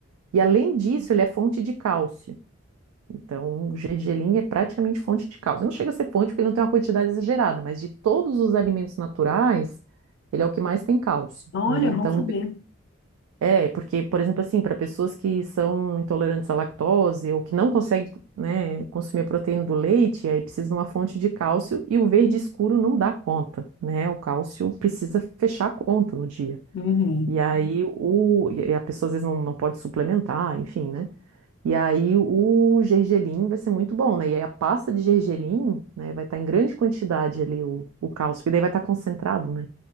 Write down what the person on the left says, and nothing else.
olha,
bom saber.
Uhum.